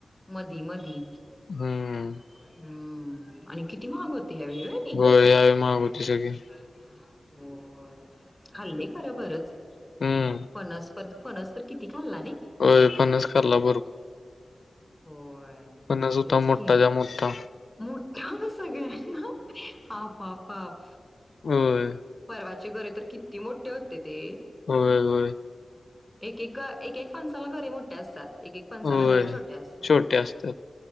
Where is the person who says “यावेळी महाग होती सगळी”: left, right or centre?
Left